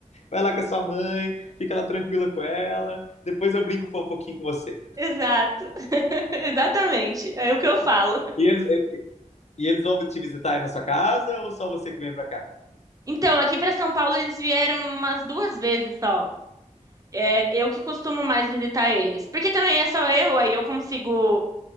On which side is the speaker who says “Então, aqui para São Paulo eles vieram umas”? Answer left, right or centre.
Right